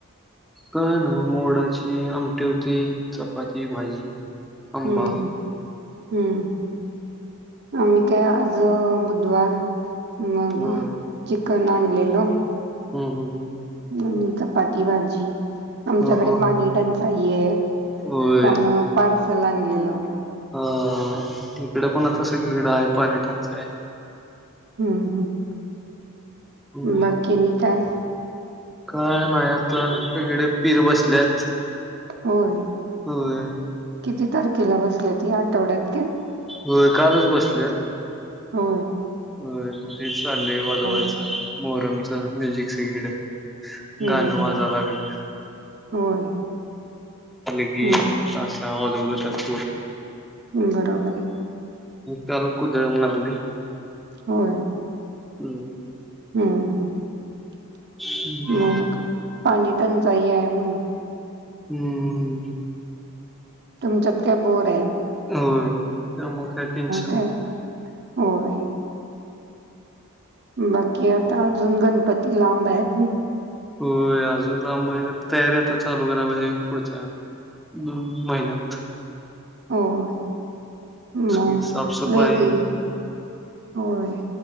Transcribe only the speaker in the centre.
काय नाय मोडाची आमटे होते चपाती भाजी आंबा.
होय
हम् हम हम
हा हा
होय
ह इकडे पण आता सगळीकडे आहे पाणी टंचाई
ह
काय नाही आता सगळे पीर बसल्यात
होय
होय कालच बसल्यात
होय मग तेच चाललंय वाजवायचं
मोहरमचं म्युझिक सगळीकड
गाणं
वाजा लागल
लगे
ताशा वादजपूर
त्याल कुदळ मारली
हम्म
हम्म
हम्म
होय त्यामुळ काय टेन्शन
नाय
होय अजून लांब <unintelligible> तयारी यातच चालू कराय पायजे पुढच्या दोन महिन्यात
सगळी
साफसफाई